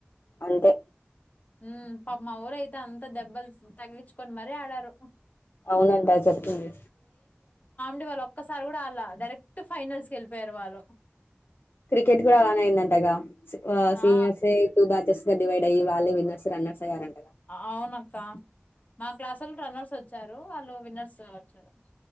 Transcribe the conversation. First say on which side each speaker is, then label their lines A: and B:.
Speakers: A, on the left; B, on the left.
A: అంతే
B: ఉమ్ పాప్ మాఒళ్ళైతే అంతా దెబ్బలు తగిలించుకొని మరీ ఆడారు.
A: అవునంటా చెప్తుంది.
B: డి వాళ్ళు ఒక్కసారి కూడా అడ్లా డైరెక్ట్ ఫైనల్స్ కి వెళిపోయారు వాళ్ళు
A: క్రికెట్ కూడా అలానే అయిందంటగా సీనియర్స్
B: ఆ
A: టూ బ్యాచేస్ గ డివైడ్ అయ్యి వల్లే విన్నర్స్ రన్నర్స్ అయ్యారన్
B: అవునక్క మా క్లాసుళ్ళు రన్నర్స్ వచ్చారు. వాళ్ళు విన్నర్స్ వచ్చారు